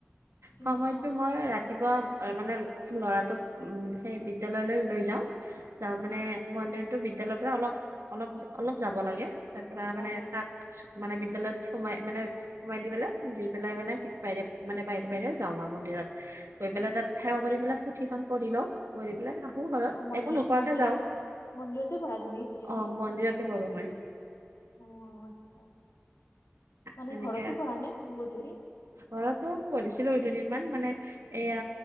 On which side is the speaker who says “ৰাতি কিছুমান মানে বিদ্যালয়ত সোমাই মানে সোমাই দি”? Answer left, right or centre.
Right